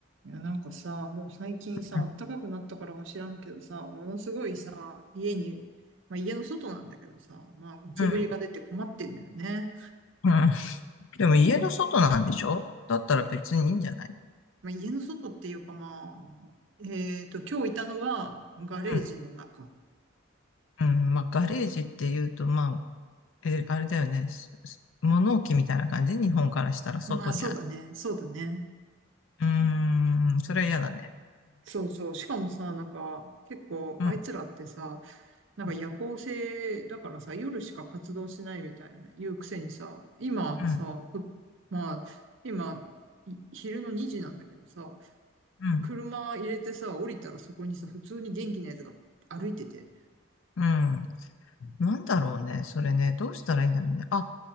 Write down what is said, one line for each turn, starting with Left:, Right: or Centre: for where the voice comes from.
Right: いや、なんかさ、もう最近さ、
Left: うん、
Right: 暖かくなったからか知らんけどさ、ものすごいさ、家に、まあ家の外なんだけどさ、まあゴキブリが出て困ってんだよね。
Left: うん。うんでも家の外なんでしょだったら別にいいんじゃない
Right: まあ家の外っていうかまあ、えっと、今日いたのはガレージの中。
Left: うん、うん。まあ、ガレージっていうと、まあ、え、あれだよね。すす物置みたいな感じ、日本からしたら外にある。
Right: まあそうだね、そうだね。
Left: うーん、それは嫌だね。
Right: そうそう。しかもさ、なんか、結構あいつらってさ、
Left: うん、
Right: なんか夜行性だからさ、
Left: うん、
Right: 夜しか活動しないみたいな言うくせにさ、今さ、
Left: うん、
Right: こ、まあ、今、い昼の2時なんだけどさ、
Left: うん。
Right: 車入れてさ、降りたらそこにさ、普通に元気なやつが歩いてて。
Left: うんなんだろうね、それね。どうしたらいいんだろうね。あ、